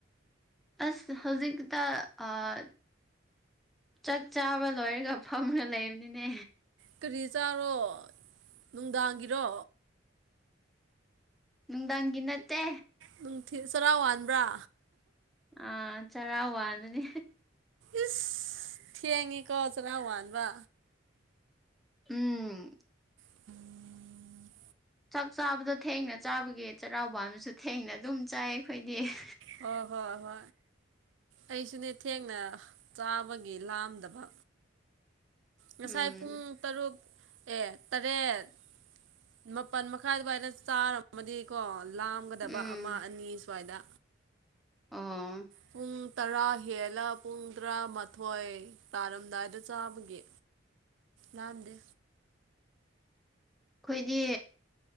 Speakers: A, in the centre; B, on the right.
A: ꯑꯁ ꯍꯧꯖꯤꯛꯇ ꯑꯥ ꯆꯥꯛ ꯆꯥꯕ ꯂꯣꯏꯔꯒ ꯐꯝꯔ ꯂꯩꯕꯅꯤꯅꯦ꯫
B: ꯀꯔꯤ ꯆꯥꯔꯣ ꯅꯨꯡꯗꯥꯡꯒꯤꯔꯣ?
A: ꯅꯨꯡꯗꯥꯡꯒꯤ ꯅꯠꯇꯦ
B: ꯅꯨꯡꯊꯤꯟ ꯆꯔꯥ ꯋꯥꯟꯕ꯭ꯔꯥ?
A: ꯑꯥ ꯆꯔꯥ ꯋꯥꯟꯕꯅꯤ꯫
B: ꯏꯁ ꯊꯦꯡꯉꯤ ꯀꯣ ꯆꯔꯥ ꯋꯥꯟꯕ
A: ꯎꯝ
B: <unintelligible>
A: ꯆꯥꯛ ꯆꯥꯕꯗꯣ ꯊꯦꯡꯅ ꯆꯥꯕꯒꯤ ꯆꯩꯔꯥꯋꯥꯟꯕꯁꯨ ꯊꯦꯡꯅ ꯑꯗꯨꯝ ꯆꯥꯏ ꯑꯩꯈꯣꯏꯗꯤ ꯫
B: ꯑꯣ ꯍꯣꯏ ꯍꯣ ꯑꯩꯁꯨꯅꯦ ꯊꯦꯡꯅ ꯆꯥꯕꯒꯤ ꯂꯥꯝꯗꯕ꯫ ꯉꯁꯥꯏ
A: ꯎꯝ
B: ꯄꯨꯡ ꯇꯔꯨꯛ ꯑꯦ ꯇꯔꯦꯠ ꯃꯥꯄꯟ ꯃꯈꯥꯏ ꯑꯗꯨꯋꯥꯥꯏꯅ ꯆꯥꯔ ꯃꯗꯤꯀꯣ ꯂꯥꯝꯒꯗꯕ
A: ꯎꯝ
B: ꯑꯃ ꯑꯅꯤ ꯁ꯭ꯋꯥꯏꯗ
A: ꯑꯣ
B: ꯄꯨꯡ ꯇꯔꯥ ꯍꯦꯜꯂ ꯄꯨꯡ ꯇꯔꯥꯃꯥꯊꯣꯏ ꯇꯥꯔꯝꯗꯥꯏꯗ ꯆꯥꯕꯒꯤ ꯂꯥꯝꯗꯦ꯫
A: ꯈꯣꯏꯗꯤ